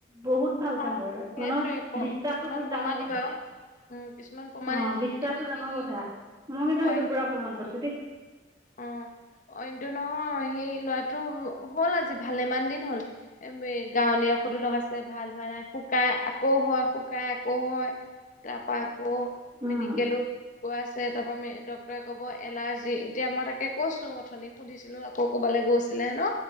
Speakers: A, on the right (about 20°); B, on the left (about 40°).
A: বহুত ভাল
B: অ
A: কাম কৰে।
B: সেইটোৱে
A: মানুহ বিশ্বাসটো
B: কিছুমান
A: বহুত
B: প্ৰমাণী
A: ডাঙৰ কথা।
B: বাৰু উম কিছুমান প্ৰমাণী
A: অ বিশ্বাসটো
B: এতিয়া
A: ডাঙৰ
B: সেই
A: কথা। মই কিন্তু
B: অইনটো
A: সেইটো পুৰা প্ৰমাণ পাইছো দেই।
B: অ অইন টো নহয় সেই লৰাটো হ'ল আজি ভালেমান দিন হ'ল। এ গাঁৱলিয়া ঔষধো লগাই আছে ভাল হোৱা নাই, শুকাই আকৌ হয় শুকাই আকৌ হয়। তাৰপৰা আকৌ
A: উম
B: মেডিকেলো গৈ আছে, তাৰ পৰা ডাক্তৰে ক'ব এলাৰ্জি এতিয়া মই তাকে কৈছো, অথনি সুধিছিলো আকৌ ক'বালৈ গৈছিলে হেনো